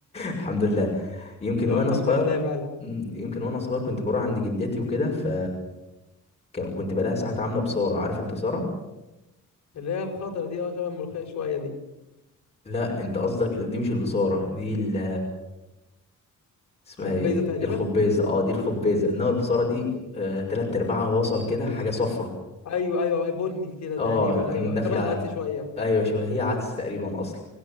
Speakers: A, on the left; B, on the left.
A: الحمد لله يمكن
B: اللي
A: وانا
B: هو الحمد
A: صغير
B: لله فعلا
A: مم، يمكن وانا صغير كنت بروح عند جداتي وكده ف ك- كنت بلاقيها ساعات عاملة بصارة عارف البصارة؟
B: اللي هي الخضره دي اه شبه الملوخيه شويه دي
A: لا انت قصدك دي مش البصارة دي ال اسمها
B: خبيزه
A: ايه
B: تقريبا
A: الخبيزة اه دي الخبيزة انما البصارة دي آه تلات ارباعها بصل كده حاجة صفرة
B: ايوه ايوه بني كده
A: اه
B: تقريبا ايوه
A: داخلة
B: شبه العدس
A: على-
B: شويه
A: ايوه شبه هي عدس تقريبا اصلا